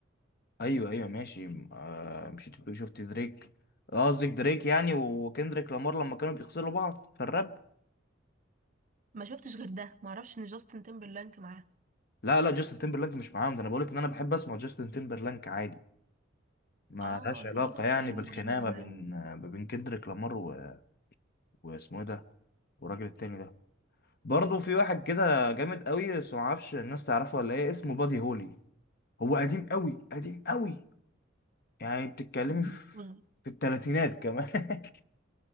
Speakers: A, on the left; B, on the right.
A: ايوه ايوه ماشي آه مشيت بتقول شفت دريك قصدك دريك يعني وكندريك لامار لما كانوا بيغسلوا بعض في الراب
B: ما شفتش غير ده ما اعرفش ان جاستن تيمبرلانك معاه
A: لا لا جاستن تيمبرلانك مش معاهم ده انا بقولك ان انا بحب اسمع جاستن تيمبرلانك عادي ما
B: اه
A: لهاش
B: انا
A: علاقه
B: فكرتك بتقول
A: يعني
B: ان
A: بالخناقه
B: هو بيعمل ده
A: ما
B: معاهم
A: بين ما بين كندريك لامار و... واسمه إيه ده والراجل التاني ده برضه في واحد كده جامد قوي بس ما اعرفش الناس تعرفه ولا ايه اسمه بادي هولي هو قديم قوي قديم قوي يعني بتتكلمي
B: مم.
A: في
B: وزن.
A: في الثلاثينات كمان <laughs>